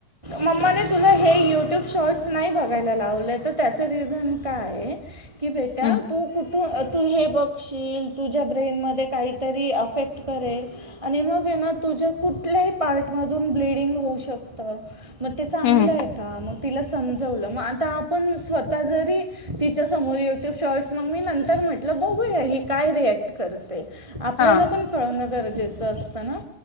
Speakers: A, on the right (about 55°); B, on the left (about 55°).
A: मम्माने तुला हे युट्यूब शॉर्ट नाही बघायला लावले तर त्या रझन काय की बेटा
B: हम्म
A: तू कु तू हे बघशील तुझ्या ब्रेनमध्ये काहीतरी अफेक्ट करेल आणि मग ये ना तू तुझ्या कुठल्याही पार्ट मधून ब्लडिंग होऊ शकत मग ते चांगलं
B: हम्म
A: आहे का मग तिला समजवलं मग आता आपण स्वतः जरी तिच्या समोर युट्यूब शॉर्ट्स मग मी नंतर म्हटलं बघूया ही काय रिएक्ट करते आपल्याला
B: हा
A: पण कळणं गरजेचं असतं ना